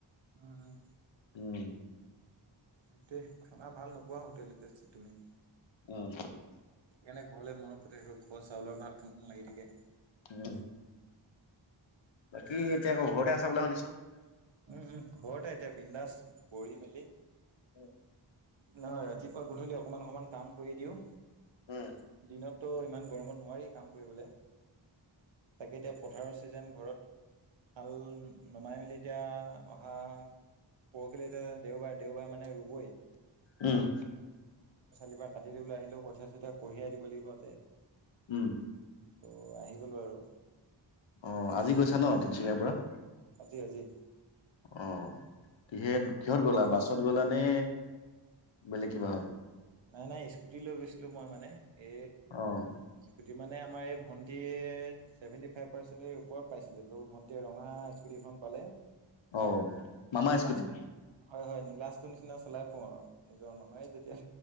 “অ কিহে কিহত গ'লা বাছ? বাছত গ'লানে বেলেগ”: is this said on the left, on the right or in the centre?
Left